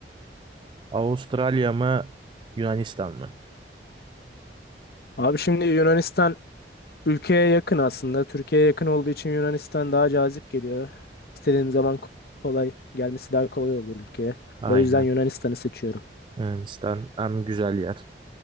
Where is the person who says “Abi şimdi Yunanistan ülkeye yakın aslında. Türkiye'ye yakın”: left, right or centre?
Left